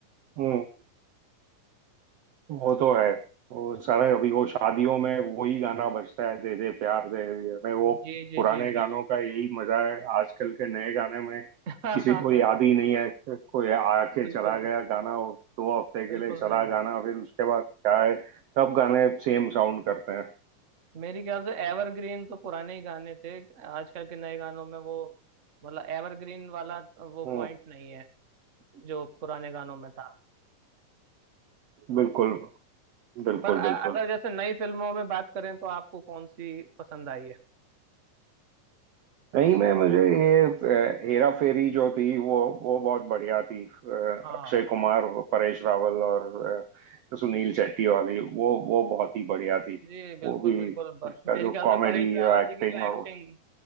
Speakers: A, on the right (about 70°); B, on the right (about 35°).
A: हम्म। वो तो है वो सारा अभी वो शादियों में वही गाना बजता है दे दे प्यार दे दे में वो
B: जी जी
A: पुराने
B: जी जी
A: गानों का यही मजा है आजकल के नए गाने में
B: <laughs>
A: किसी को याद ही नहीं है कोई आके
B: बिल्कुल
A: चला गया गाना वो दो हफ्ते के
B: बिल्कुल
A: लिए चला
B: सही बात
A: गाना फिर उसके बाद क्या है सब गाने सेम साउंड करते हैं
B: मेरी ख्याल से एवरग्रीन तो पुराने ही गाने थे आजकल के नए गानों में वो मतलब एवरग्रीन वाला वो
A: हम्म,
B: पॉइंट नहीं है जो पुराने गानों में था
A: बिल्कुल बिल्कुल
B: पर अ-
A: बिल्कुल
B: अगर जैसे नई फिल्मों में बात करें तो आपको कौन सी पसंद आई है
A: नहीं मैं मुझे ये अ, हेरा फेरी जो थी वो वो बहुत बढ़िया थी अ,
B: हाँ
A: अक्षय कुमार परेश रावल और अ, सुनील शेट्टी वाली वो वो बहुत ही बढ़िया
B: जी
A: थी
B: बिल्कुल
A: वो भी
B: बिल्कुल ब-
A: उसका
B: मेरे
A: जो
B: ख्याल
A: कॉमेडी
B: से परेश रावल
A: एक्टिंग
B: जी की जो
A: और
B: एक्टिंग
A: उस